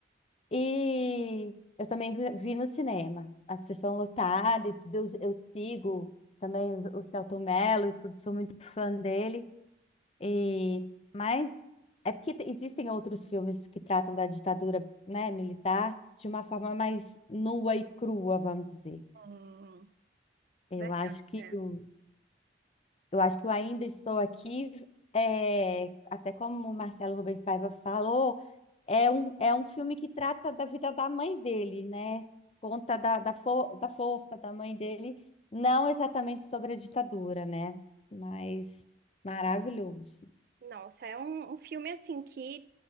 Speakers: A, on the left; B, on the right.
A: E eu também vi, vi no cinema, a sessão lotada e tudo. Eu, eu sigo também o, o Selton Mello e tudo, sou muito fã dele. E, mas é porque te- existem outros filmes que tratam da ditadura, né, militar de uma forma mais nua e crua, vamos dizer.
B: Hum,
A: Eu
B: verdade.
A: acho que
B: é.
A: o- eu acho que o Ainda Estou Aqui é, até como o Marcelo Rubens Paiva falou, é um, é um filme que trata da vida da mãe dele, né? Conta da, da, for, da força da mãe dele, não exatamente sobre a ditadura, né? Mas maravilhoso.
B: Nossa, é um, um filme assim que